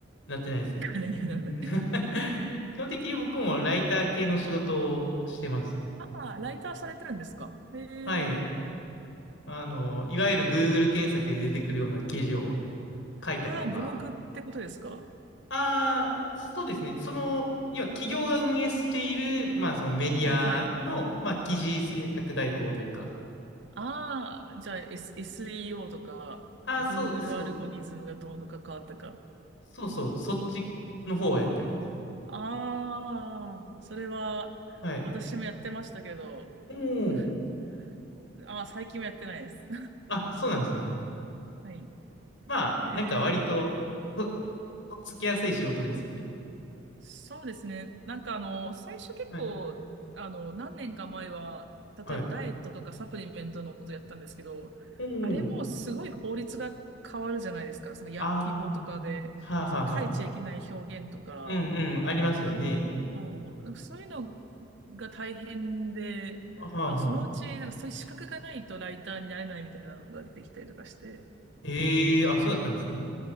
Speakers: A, on the left (about 75°); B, on the right (about 70°).
A: なってないですね。
B: <laughs> 金にはならない。
A: うん <laughs> 基本的に僕もライター系の仕事をしてます。
B: ああ、ライターされてるんですかへ
A: はい。
B: え。
A: あの、いわゆる Google 検索で出てくるような記事を書いたりとか。
B: ああ、ブログってことですか
A: ああ、そうですね。その、要は企業が運営している、まあそのメディアの、
B: はいはい。
A: まあ記事制作代行というか。
B: ああ、じゃあ、S、e o とか、
A: ああ、
B: Google
A: そうそう。
B: アルゴリズムがどうの関わったか。
A: そうそう。そっちの方をやってます。
B: ああ、それは、
A: はい。
B: 私もやってましたけど、
A: おお。
B: <laughs> ああ、最近はやってないです。
A: あ、そうなんですね。
B: <laughs> はい。
A: まあ、
B: へえ、
A: なんか割と、と、とっつきやすい仕事ですよね。
B: そうですね。なんかあの、最初結構、
A: はい。
B: あの、何年か前は、例えばダイエットとかサプリメントのことやったんですけど、
A: はい。うん。
B: あれもすごい法律が変わるじゃないですか。その薬機法とかで、
A: ああ、はあはあはあ。
B: その書いちゃいけない表現とか、
A: うんうん、ありますよね。
B: そうそういうのが大変で、
A: はあはあ。
B: あの、そのうち、なんかそういう資格がないとライターになれないみたいなのが出てきたりとかして、
A: ええあ、そうだったんですね。